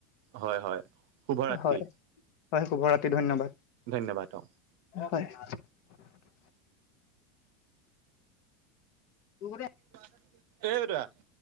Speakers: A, on the right; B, on the left.
A: হয়, হয়, শুভ ৰাতি
B: হয় হয়, শুভ ৰাতি ধন্যবাদ
A: ধন্যবাদ অ
B: হয়, - <unintelligible>
A: <unintelligible>